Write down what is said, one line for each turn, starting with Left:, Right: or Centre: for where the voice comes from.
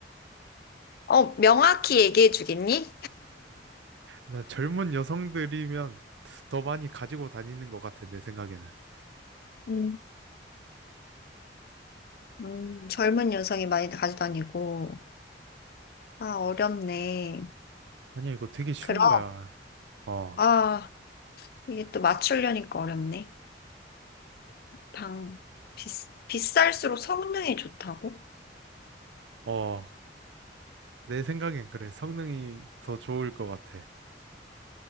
Left: 어, 명확히 얘기해 주겠니?
Right: 나 젊은 여성들이면 더 많이 가지고 다니는 것 같아, 내 생각에는.
Left: 음, 음, 젊은 여성이 많이 가지고 다니고. 아, 어렵네.
Right: 아니야, 이거 되게 쉬운
Left: 그럼,
Right: 거야. 어,
Left: 아, 이게 또 맞추려니까 어렵네. 방, 비, 비쌀수록 성능이 좋다고?
Right: 어, 내 생각엔 그래. 성능이 더 좋을 것 같아.